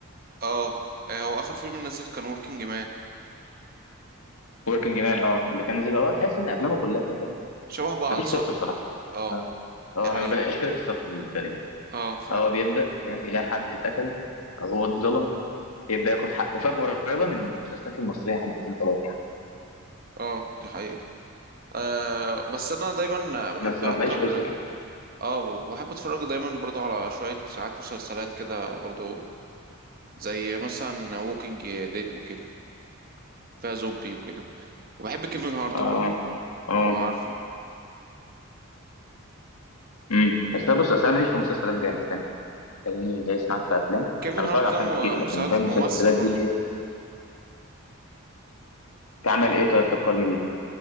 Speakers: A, on the right; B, on the left.
A: اه آه، هو اخر فيلم نزل كان وركينج مان
B: وركينج مان اه اللي كان نازل اه تحس ان افلامه كلها فاهم
A: شبه بعض
B: مفيش
A: صح
B: قصه بصراحه
A: اه
B: اه آه،
A: دي حقيقة
B: انا ما بلاقيش قصه في الفيلم
A: اه فعلا
B: هو بيبدا فاهم بيلاقي حد اتقتل أو هو اتظلم يبدا ياخد حقه فاهم قريبه من المسلسلات المصريه حبتين ثلاثه يعني
A: اه دي حقيقة آه بس انا دايما بحب
B: بس ما
A: اكتر
B: تلاقيش قصه
A: اه بحب اتفرج دايما برضو على شوية ساعات مسلسلات كده برضو زي مثلا ووكينج ديد وكده فيها زومبي وكده وبحب كيفن هارت
B: اه
A: برضو
B: اه
A: لو عارفه
B: امم بس أنا بص اصل انا ماليش في مسلسلات جامد فاهم تلاقيني دايس معاك في افلام
A: كيفن
B: انا
A: هارت
B: بتفرج على
A: ده
B: افلام
A: م-
B: كتير لكن
A: مسل-
B: فاهم المسلسلات
A: ممثل برضو
B: دي كعمل ايه طيب فكرني بيه